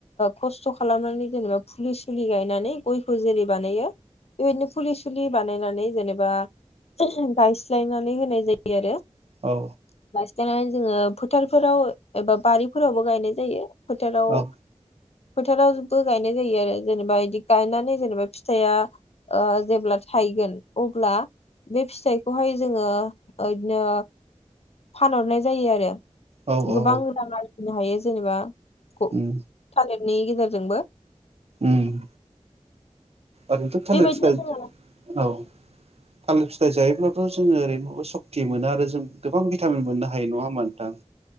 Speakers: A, on the left; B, on the right.
A: खस्थ' खालामनानै जेनेबा फुलि सुलि गायनानै गयखौ जेरै बानायो बेबायदिनो फुलि सुलि बानायनानै जेनेबा गायस्लायनानै होनाय जायो आरो
B: औ
A: जान जोङो फोथारफोराव एबा बारिफोरावबो गायनाय जायो फोथाराव
B: औ
A: फोथारावबो गायनाय जायो आरो जेनेबा बिदि गायनानै जेनेबा फिथाइया ओ जेब्ला थायगोन अब्ला बे फिथाइखौहाय जोङो ओ ओदिनो फानहरनाय जायो आरो
B: औ औ
A: गोबां रां जिनो हायो जेनेबा थ
B: उम
A: थालेर नि गेजेरजोंबो
B: ओम ओरैनोथ' थालिर
A: बेबायदिनो
B: फिथाय
A: जोङो
B: औ थालिर फिथाइ जायोब्लाथ' जोङो ओरैनोबा सक्ति मोनो आरो जों गोबां भिटामिन मोननो हायो नङा होनबा नोंथां